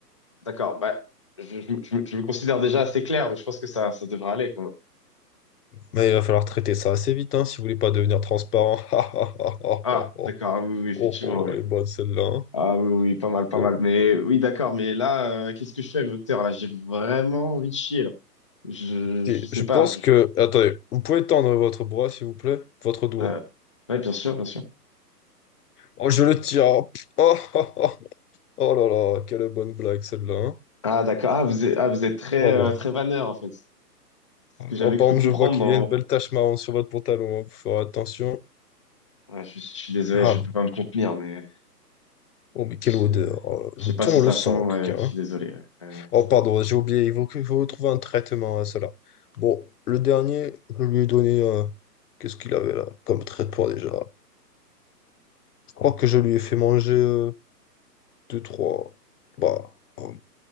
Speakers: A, on the left; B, on the left.
A: D'accord, bah, je, je me je me- je me considère déjà assez clair, donc je pense que ça, ça devrait aller quand même.
B: Mais il va falloir traiter ça assez vite, hein, si vous voulez pas devenir transparent. <laughs> Oh, oh,
A: Ah,
B: oh, oh,
A: d'accord, ah oui, oui, oui, effectivement,
B: oh, oh,
A: oui.
B: elle est bonne celle-là. hein.
A: Ah oui, oui, oui, pas mal, pas
B: Bon.
A: mal. Mais oui, d'accord, mais là, euh, qu'est-ce que je fais, docteur? Là, j'ai vraiment envie de chier, là. Je,
B: Et
A: je sais
B: Je pense
A: pas. je-
B: que... Attendez, vous pouvez tendre votre bras, s'il vous plaît? Votre doigt.
A: euh, ouais, bien sûr, bien sûr.
B: Oh, je le tiens. Oh, oh, oh, oh Oh là là, quelle bonne blague celle-là. hein.
A: Ah, d'accord. Ah, vous êtes, ah, vous êtes très,
B: Pardon.
A: euh, très vanneur, en fait. Ce que j'avais
B: Oh, par
A: cru
B: contre,
A: comprendre
B: je vois qu'il
A: dans...
B: y a une belle tache marron sur votre pantalon. hein. Vous ferez attention.
A: Ouais, je, je suis désolé,
B: Ah,
A: je
B: là.
A: peux pas me contenir, mais
B: oh, mais quelle
A: je,
B: odeur. Oh
A: je
B: le
A: sais pas
B: thon,
A: si ça
B: le sang,
A: sent, ouais,
B: en tout cas.
A: je suis
B: hein.
A: désolé. ouais. Ouais, ouais,
B: Oh,
A: c'est-
B: pardon, j'ai oublié. Il faut, que- il faut trouver un traitement à cela. Bon, le dernier, je lui ai donné. euh, Qu'est-ce qu'il avait là comme traitement déjà? Je crois que je lui ai fait manger euh, deux, trois. Bah, oh,